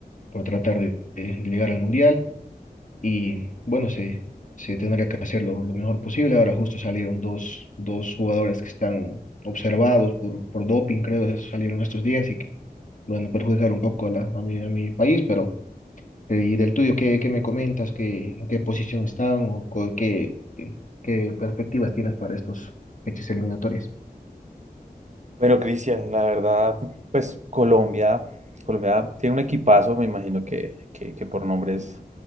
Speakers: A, on the left; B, on the right.
A: por tratar de, de llegar al Mundial y bueno, se, se tendrá que hacer lo, lo mejor posible. Ahora justo salieron dos, dos jugadores que están observados por, por doping, creo, salieron estos días y que bueno, perjudicar un poco a, la, a mi, a mi país, pero... Eh, Y del tuyo, ¿qué, qué me comentas? ¿Qué, en qué posición están o co- qué, qué qué perspectivas tienes para estos fechas eliminatorias?
B: Bueno, Cristian, la verdad, pues Colombia, Colombia tiene un equipazo, me imagino que, que, que por nombres